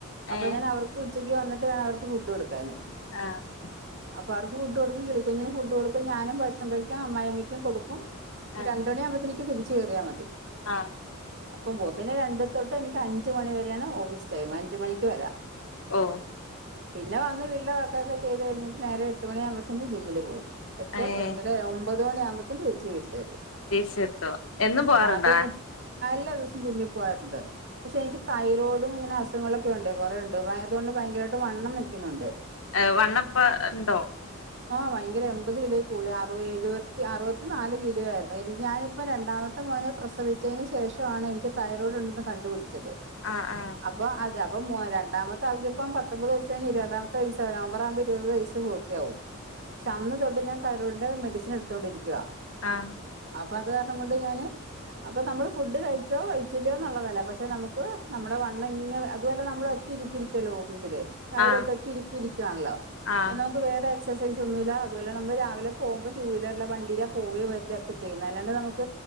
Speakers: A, on the right; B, on the left.
A: അപ്പൊ
B: ഏ
A: ഞാൻ അവർ. ഉച്ചയ്ക്ക് വന്നിട്ട് വേണം അവർക്ക് ഫുഡ് കൊടുക്കാന്
B: ആഹ്
A: അപ്പൊ അവർക്ക് ഫുഡ് കൊടുക്കും. കിളിക്കുഞ്ഞിന് ഫുഡ് കൊടുക്കും. ഞാനും ഭക്ഷണം കഴിക്കും. അമ്മായിമ്മയ്ക്കും കൊടുക്കും.
B: ആഹ്
A: രണ്ട് മണിയാകുമ്പോത്തിന് നിക്ക് തിരിച്ചു കേറ്യാ മതി.
B: ആഹ്
A: അപ്പൊ ബോഹ് പിന്നെ രണ്ടു തൊട്ട് എനിക്ക് അഞ്ചമണി വരെ ആണ് ഓഫീസ് ടൈം. അഞ്ച് മണിക്ക് വരാ
B: ഓ
A: പിന്നെ വന്ന് വില്ലൊ വൊക്കെക്കെ ചെയ്ത് കഴിഞ്ഞിട്ട് നേരെ എട്ട് മണി ആവുമ്പോത്തിന് ജിമ്മില് പോകും എട്ട്
B: ഏഹ്
A: എട്ടര മ്പതുമണിയാകുമ്പോത്തിന് തിരിച്ച് വീട്ടില് വെരും.
B: ദേശീയത്വം എന്നും പോവാറുണ്ടാ
A: ആഹ് അപ്പ എല്ലാ ദിവസം ജിമ്മിൽ പോവാറ്ണ്ട്. പക്ഷെ എനിക്ക് തൈറോയ്ഡ്. ഇങ്ങനെ അസുഖങ്ങളൊക്കെ ഉണ്ട്. കൊറേ ഉണ്ട്. വയറോണ്ട് ഭയങ്കര വായിട്ട് വണ്ണം വെയ്‌ക്കുന്നുണ്ട്.
B: എഹ് വണ്ണപ്പ ഇണ്ടോ.
A: ആഹ് ഭയങ്കര എമ്പത് കിലോ കൂടി അുറുപ എഴുപ അറുവത്തി നാല് കിലോ ആയിര്ന്നു. എനിക്ക് ഞാനിപ്പ രണ്ടാമത്തെ മോനെ പ്രസവിച്ചയ്ന് ശേഷവാണ് എനിക്ക് തൈറോയ്ഡ് ഇണ്ടന്ന് കണ്ടുപിടിച്ചത്.
B: അഹ് ആഹ്
A: അപ്പൊ അത് അപ്പൊ മ രണ്ടാമത്തെ ആൾക്ക് ഇപ്പ പത്തൊമ്പത് വയസ് ഇരുപതാമത്തെ വയസാ <unintelligible> നവംബറാവുമ്പ ഇരുപത് വയസ് പൂർത്തിയാവും ക്ഷെ അന്ന് തൊട്ട് ഞാൻ തൈറോയിഡിന്റെ മെഡിസിൻ എടുത്തൊണ്ടിരിക്ക്യാെ
B: ആഹ്
A: അപ്പൊ അതാര്ണം കൊണ്ട് ഞാന്. അപ്പൊ നമ്മള് ഫുഡ് കഴിച്ചോ കഴിച്ചില്ല്യോന്നുള്ളതല്ല. പക്ഷെ നമുക്ക് നമ്മുടെ വണ്ണങ്ങനെ അതുപോലെ നമ്മള് റ്റിരിപ്പിരിക്കല്ലേ ഓഫീസില് രാവിലൊട്ട്
B: ആഹ്
A: ഒറ്റിരിപ്പിരികാണ്ല്ലോ
B: ആഹ് ആഹ്
A: പ്പനാ വേറെ എക്സൈസ് ഒന്നുല്ല അതുപോലെ നമ്മള് രാവിലെ പോവുമ്പോ റ്റൂലർലാ വണ്ടിയില പോവേ വരില്ല ഒക്കെ ചെയ്യുന്നത് അല്ലാണ്ട് നമുക്ക